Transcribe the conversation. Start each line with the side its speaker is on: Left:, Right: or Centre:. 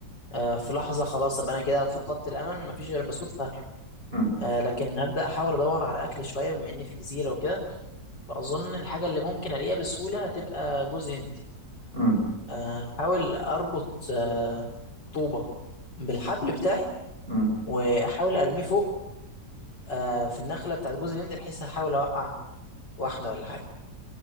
Left: آه، في لحظة خلاص أبقى أنا كده فقدت الأمل مفيش غير البسكوت فهاكله
Right: مم.
Left: آه، لكن هبدأ أحاول أدور على أكل شوية بما إني في جزيرة وكده فأظن الحاجة اللي ممكن ألاقيها بسهولة هتبقى جوز هند
Right: مم.
Left: آه، أحاول أربط آه، طوبة بالحبل بتاعي
Right: مم.
Left: وأحاول أرميه فوق آه، في النخلة بتاعت جوز الهند بحيث أحاول أوقع واحدة ولا حاجة